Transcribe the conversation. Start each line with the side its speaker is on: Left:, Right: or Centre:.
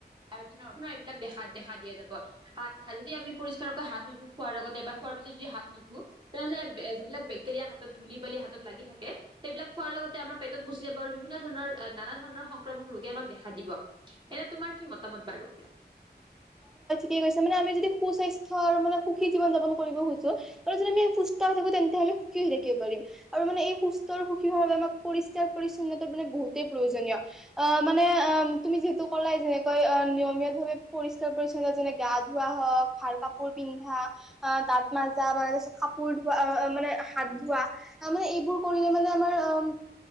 Right: <unintelligible> ন' এইবিলাক দেখা দেখা দিয়া যাব, হাত যদি আমি পৰিষ্কাৰকৈ হাত নুধো খোৱাৰ লগতে বা খোৱাৰ পিছত যদি হাত নুধো তেনেহ'লে এ যিবিলাক বেক্টেৰিয়া হাতত ধূলি বালি হাত লাগি থাকে সেইবিলাক খোৱাৰ লগতে আমাৰ পেটত গুচি যাব আৰু বিভিন্ন ধৰণৰ তত নানা ধৰণৰ সংক্ৰামক ৰোগে আমাক দেখা দিব। এনে তোমাৰ কি মতামত বাৰু?
Centre: কি কৈছে মানে আমি যদি সুস্ক্ৰস্বাস্থ্যৰ মানে সুখী জীৱন-যাপন কৰিব খোজো আৰু যদি আমি সুস্থ হৈ থাকোঁ তেন্তে সুখী হৈ থাকিব পাৰিম আৰু মানে এই সুষ্টৰ সুখী হোৱাৰ বাবে আমাক পৰিষ্কাৰ পৰিচ্ছন্নতা মানে বহুতেই প্ৰয়োজনীয়। মানে তুমি যিহেতু কলাই যেনেকৈ নিয়মীয়া ভাবে, পৰিষ্কাৰ পৰিচ্ছন্নতা যেনে গা ধোৱা হওক ভাল কাপোৰ পিন্ধা অ দাঁত মাৰজা মান কাপোৰ ধোৱা মানে হাত ধোৱা মানে এইবোৰ কৰিলে মানে আমাৰ অ